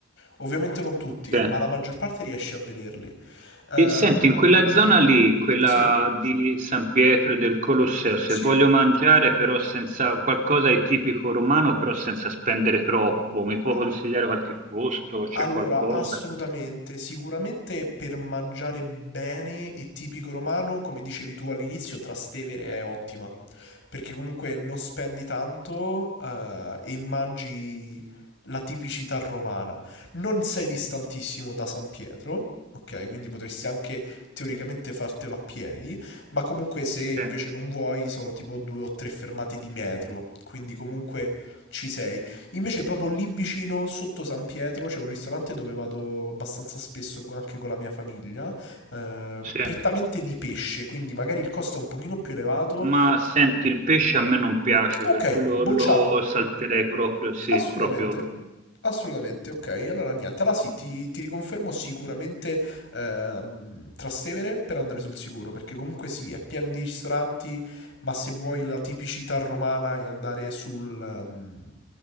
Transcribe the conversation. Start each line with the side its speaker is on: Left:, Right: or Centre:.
Left: Ovviamente non tutti,
Right: ok.
Left: ma la maggior parte riesci a vederli. Eh,
Right: E senti, in quella zona lì, quella
Left: sì?
Right: di San Pietro e del Colosseo, se
Left: Sì.
Right: voglio mangiare però senza qualcosa di tipico romano, però senza spendere troppo, mi può
Left: A-
Right: consigliare qualche posto? C'è
Left: Allora,
Right: qualcosa?
Left: assolutamente, sicuramente per mangiare bene e tipico romano, come dicevi tu all'inizio, Trastevere è ottima, perché comunque non spendi tanto, eh, e mangi la tipicità romana. Non sei distantissimo da San Pietro, ok? Quindi potresti anche teoricamente fartelo a piedi, ma comunque se invece
Right: Sì,
Left: non vuoi sono tipo due o tre fermate di metro, quindi comunque ci sei. Invece proprio lì vicino, sotto San Pietro, c'è un ristorante dove vado abbastanza spesso co- anche con la mia famiglia, eh,
Right: sì.
Left: prettamente di pesce, quindi magari il costo è un pochino più elevato.
Right: Ma senti, il pesce a me non piace,
Left: Ok,
Right: per cui lo,
Left: bocciato.
Right: lo salterei proprio, sì,
Left: Assolutamente,
Right: proprio. lo-
Left: assolutamente, ok. Allora niente, allora sì, ti, ti riconfermo sicuramente ehm, Trastevere per andare sul sicuro, perché comunque sì, è pieno di ristoranti, ma se vuoi la tipicità romana e andare sul... ehm,